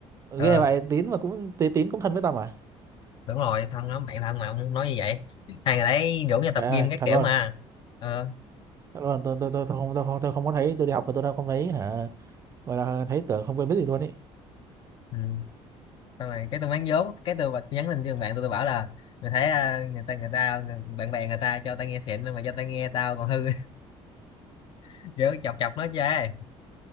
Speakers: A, on the left (about 45°); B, on the right (about 25°).
A: ờ
B: ghê vậy Tín mà cũng Tí- Tín cũng thân với Tâm à
A: đúng rồi thân nó bạn thân mà ông nói như vậy hai ngày đấy rủ nhau tập
B: trời
A: gym
B: ơi
A: các
B: thật
A: kiểu
B: luôn
A: mà ờ
B: thật luôn tôi tôi tôi, tôi không tôi không tôi không có thấy tôi đi học mà tôi đâu không thấy hả gọi là thấy tưởng không quen biết gì luôn ý
A: ừ. sau này cái tôi bán vốn cái tôi bật nhắn tin cho thằng bạn tôi tôi bảo là mày thấy à, người ta người ta người- bạn bè người ta cho tao nghe xịn mà cho tao nghe tao còn hư <laughs> kiểu chọc chọc nó chơi